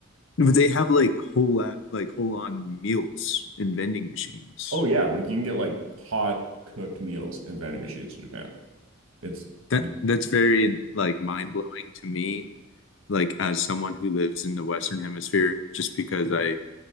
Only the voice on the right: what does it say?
Oh yeah, like you can get like hot cooked meals in vending machines in Japan. It's
I